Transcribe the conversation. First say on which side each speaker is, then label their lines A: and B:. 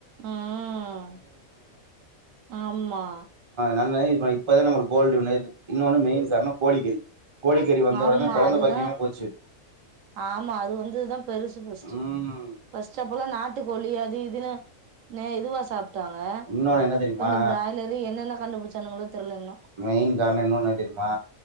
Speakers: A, on the right (about 75°); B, on the right (about 25°).
A: ம் ஆமா
B: நல்லணெயே யூஸ் பண் இப்பதா நம்ம கோல்டு வின்னரு இன்னொன்னு மெயின் காரணோ கோழிக்கறி கோழிக்கறி வந்த
A: ஆமா
B: உடனே குழந்தை
A: அதுதா
B: பாக்கியமே போச்சு
A: ஆமா அது வந்ததுதா பெருசுஸு ஃபஸ்ட்டு
B: உம்
A: ஃபஸ்ட்டு அப்பலா நாட்டு போலி அது இது நு இதுவா சாப் ட்டாங்க
B: இன்னொன்னு என்ன தெரியுமா
A: இப்பந்த பிராய்லரு என்னென்ன கண்டுபிடிச்சானுங்களோ தெர்ல இன்னு
B: மெயின் காரணோ இன்னொன் என்னன்னு தெரியுமா